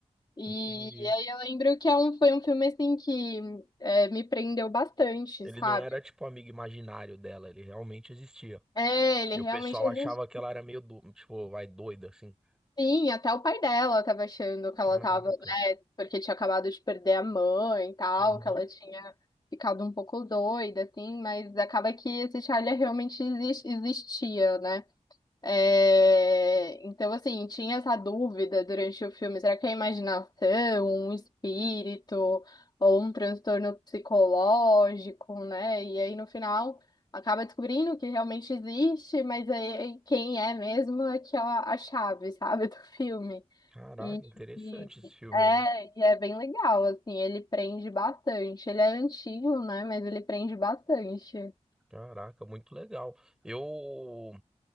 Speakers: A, on the left; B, in the centre.
A: E
B: entendi.
A: aí eu lembro que é um, foi um filme assim que é, me prendeu bastante,
B: Ele
A: sabe?
B: não era tipo amigo imaginário dela, ele realmente existia.
A: É, ele
B: E
A: realmente
B: o pessoal
A: existe.
B: achava que ela era meio do, tipo, vai doida assim.
A: Sim, até o pai dela tava achando que
B: Caraca.
A: ela tava, né, porque tinha acabado de perder a mãe e tal,
B: Uhum.
A: que ela tinha ficado um pouco doida, assim, mas acaba que esse Charlie realmente exis- existia, né? É, Então, assim, tinha essa dúvida durante o filme: será que é imaginação, um espírito ou um transtorno psicológico, né? E aí, no final, acaba descobrindo que realmente existe, mas aí quem é mesmo é que é a chave, sabe, <laughs> do filme.
B: Caraca,
A: E,
B: interessante
A: e-
B: esse filme
A: é,
B: aí.
A: e é bem legal, assim, ele prende bastante. Ele é antigo, né? Mas ele prende bastante.
B: Caraca, muito legal. Eu